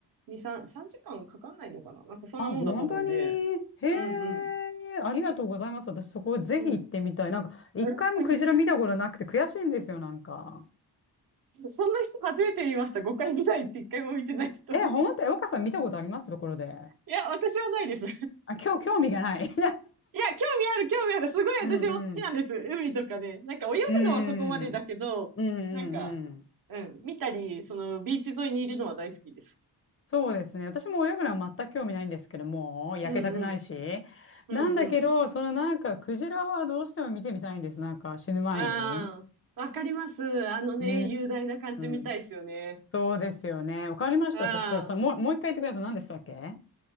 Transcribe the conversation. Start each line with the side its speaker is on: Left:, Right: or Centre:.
Right: 2、3、3時間かんかかんないのかななんかそんなもんだと思うんで。
Left: あ、本当に。へえ、
Right: うんうん。
Left: ありがとうございます。私、そこぜひ行ってみたい。
Right: うん。
Left: なんか、一回もクジラ見たことなくて悔しいんですよ、
Right: <laughs>
Left: なんか。
Right: そんな人初めて見ました。5回ぐらいって1回も見てない人。
Left: え、
Right: <laughs> い
Left: 本当、え、岡さん見たことありますところで。
Right: や、私はないです。
Left: あ、今日興味がない。
Right: いや、興味ある、興味ある。すごい私も好きなんです。
Left: <laughs> うんうん。
Right: 海とかね。なんか泳ぐのはそこまでだけど、
Left: うんうんうんうん。
Right: なんか、うん、見たり、そのビーチ沿いにいるのは大好きです。
Left: そうですね。私も泳ぐのは全く興味ないんですけども、焼けたくないし。
Right: うんうん。うんうん。
Left: なんだけど、そのなんか、クジラはどうしても見てみたいんです。なんか、死ぬ前に。
Right: うん。わかります。あのね、
Left: うー
Right: 雄大な感じみたいですよね。
Left: ん。そうですよね。わかりました。
Right: う
Left: 私は、その、
Right: ん。
Left: もう、もう一回言ってください。何でしたっけ